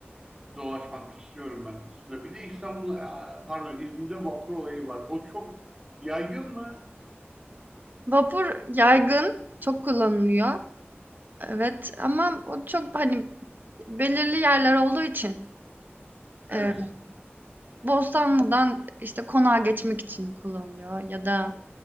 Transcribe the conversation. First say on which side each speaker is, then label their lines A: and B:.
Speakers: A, on the right; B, on the right.
A: dolaşmak istiyorum ben aslında. Bir de İstanbul, aa, pardon İzmir'de vapur olayı var. O çok yaygın mı?
B: Vapur yaygın, çok kullanılıyor. Evet ama o çok hani belirli yerler olduğu için
A: Evet.
B: eee, Bostanlı'dan işte konağa geçmek için kullanılıyor ya da